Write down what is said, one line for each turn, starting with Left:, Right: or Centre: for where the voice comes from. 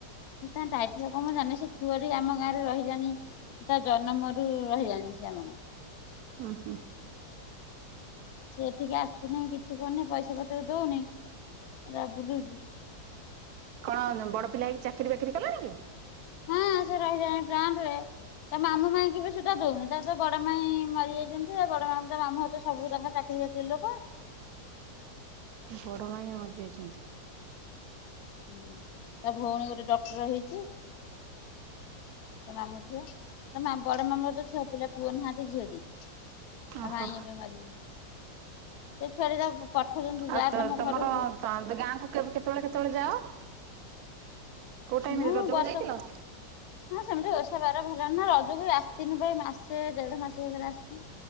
Left: ଏ ତା ଟାଇଟେଲ କଣ ମୁଁ ଜାଣିନାହିଁ। ସେ ଛୁଆରି ଆମ ଗାଁରେ ରହିଲାଣି। ତା ଜନମରୁ ରହିଲାଣି ସେ ଆମ ଗାଁରେ।
Right: ଓ ହଁ।
Left: ସେ ଏଠିକି ଆସୁନି। କିଛି କରୁନି। ପଇସା ପତ୍ର ଦଉନି। ଏଟା ବୁଲୁଚି।
Right: କଣ ବଡ ପିଲା କି ଚାକିରି ବାକିରି କଲାଣି କି?
Left: ହଁ ସେ ରହିିଲାଣି ପ୍ଲାଣ୍ଟ ରେ। ତା ମାମୁଁ ମାଇଁ କି ବି ସୁଦା ଦଉନି। ତାର ତ ବଡ ମାଇଁ ମରିଯାଇଚନ୍ତି। ଆଉ ବଡ ମାମୁଁ ତା ମାମୁଁଘରେ ତ ସବୁ ତାଙ୍କ ଚାକିରୀ ବାକିରି ଲୋକ।
Right: ବଡ ମାଇଁ ମରିଯାଇଚନ୍ତି।
Left: ହୁଁ ତା ଭଉଣୀ ଗୋଟେ ଡକ୍ଟର୍ ହେଇଚି। ତ ମାମୁଁ ଝିଅ। ତା ବଡ ମାମୁଁର ତ ଛୁଆପିଲା, ପୁଅ ନାହାନ୍ତି ଝିଅ ଦିଟା। ତା
Right: ଓହୋ
Left: ମାଇଁ ଏବେ ମରିଯାଇଚ ସେ ଛୁଆ ଟି ଯା
Right: ଆଉ ତ
Left: ତମ
Right: ତମର
Left: ଘରକୁ
Right: ତା ଗାଁକୁ କେତେବେଳେ କେତେବେଳେ ଯାଅ? କୋଉ ଟାଇମରେ
Left: ମୁଁ
Right: ରଜକୁ
Left: ବର୍ଷ
Right: ଯାଇଥିଲ?
Left: ହଁ ସେମିତି ଓଷା ବାର ଭଲ ନା ରଜକୁ ଆସିଥିନୁ ବା ଏଇ ମାସେ ଦେଢ ମାସ ହେଇଗଲା ଆସିଥିନୁ।